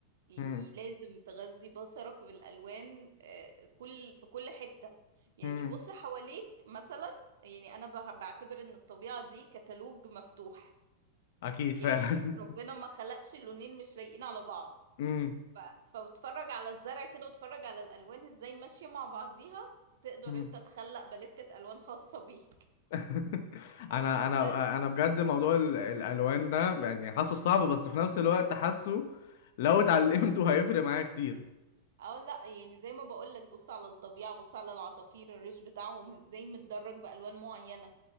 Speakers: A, on the right (about 80°); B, on the left (about 65°).
A: يعني
B: مم،
A: لازم تغذي بصرك بالالوان آه، كل في كل حتة يعني
B: مم.
A: بص حواليك مثلا يعني انا بع- بعتبر ان الطبيعة دي كتالوج مفتوح
B: اكيد
A: يعني
B: فعلا
A: ربنا ما خلقش اللونين مش لايقين على بعض
B: <laughs> مم،
A: ف... فاتفرج على الزرع كده واتفرج على الالوان ازاي ماشية مع بعضيها تقدر
B: مم.
A: انت تخلق باليتة الوان خاصة بيك
B: <laughs> انا انا
A: بس
B: انا بجد موضوع ال- الالوان ده يعني حاسه صعب بس في نفس الوقت حاسه لو اتعلمته هيفرق معايا كتير
A: اه لا يعني زي ما بقولك بص على الطبيعة بص على العصافير الريش بتاعهم ازاي متدرج بألوان معينة